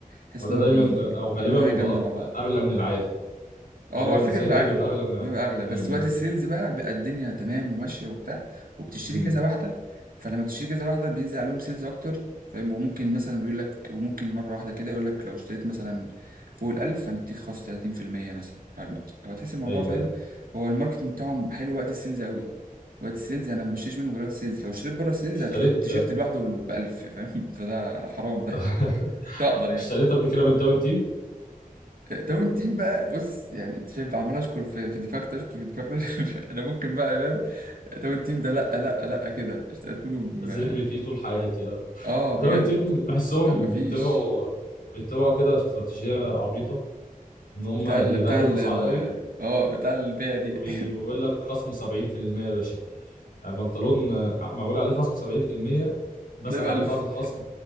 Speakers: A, on the right (about 75°); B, on the left (about 85°).
A: تحس
B: وده
A: ان هو
B: دايما
A: بي... بيعملوا
B: او غالبا بيبقى
A: حاجه جامده
B: أك-
A: مع بعض
B: اغلى من العادي
A: اه
B: غالبا
A: هو على
B: الديزاين
A: فكره بيبقى
B: ده
A: اغلى
B: بيبقى اغلى من العادي
A: بيبقى اغلى بس
B: امم
A: وقت السيلز بقى بيبقى الدنيا تمام وماشيه وبتاع وبتشتري
B: امم
A: كذا واحده فلما بتشتري كذا واحده بينزل عليهم سيلز اكتر فاهم وممكن مثلا يقول لك وممكن مره واحده كده يقول لك لو اشتريت مثلا فوق الألف هنديك خصم 30% مثلا فهتحس الموضوع
B: ايوه
A: فاهم
B: ايوه
A: هو الماركتنج بتاعهم حلو وقت السيلز قوي وقت السيلز انا ما بشتريش منه غير وقت السيلز لو اشتريت بره السيلز
B: اشتريت
A: هتلاقي التيشيرت لوحده ب 1000 فاهم <laughs> فده ده حرام ده
B: <laughs>
A: مش هقدر يعني
B: اشتريت قبل كده من تاون تيم
A: داون تيم بقى بص يعني انت شايف عمال اشكر في في ديفاكت اشكر في ديفاكت <laughs> انا ممكن بقى يا امام داون تيم ده لا لا لا كده اشتقت منه بم-
B: أذم فيه طول حياتي اه
A: اه بجد
B: الراون تيم بحسهم
A: طب ما فيش
B: بيتبعوا بيتبعوا كده استراتيجية عبيطة إن هم
A: بتاع
B: يغلوا
A: ال بتاع ال
B: الأسعار
A: ال-
B: قوي
A: اه بتاع البيع دي
B: ويقول لك خصم 70% يا باشا يعني بنطلون آه، معمول عليه خصم 70%
A: <laughs>
B: بسأل
A: تلاقي ب 1000
B: عليه بعد الخصم